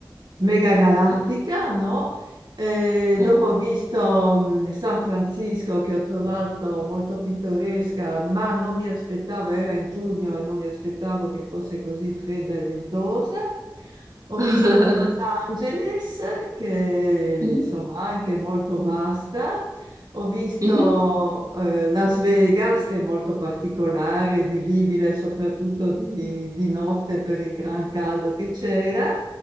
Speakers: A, on the right; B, on the right.
A: mega galattica, no? E
B: Mhm.
A: dopo ho visto mh, San Francisco che ho trovato molto pittoresca, ma non mi aspettavo, era in giugno e non mi aspettavo che fosse così fredda e ventosa. Ho
B: <laughs>
A: visto Los Angeles, che
B: Mhm.
A: insomma anche molto vasta, ho visto
B: Mhm.
A: eh, Las Vegas, che è molto particolare, vivibile soprattutto di, di notte per il gran caldo che c'era